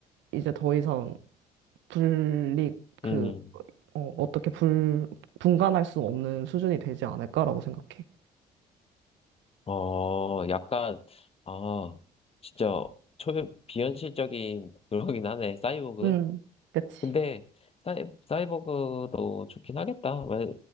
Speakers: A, on the right; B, on the left.
A: 이제 더 이상 분리 그
B: 음,
A: 어, 어떻게 불, 분간할 수 없는 수준이 되지 않을까라고 생각해.
B: 어, 약간, 아, 진짜, 초면 비현실적인 <laughs> 그러긴 하네, 사이보그.
A: 음, 그치.
B: 근데 사이, 사이버그도 좋긴 하겠다. 왜,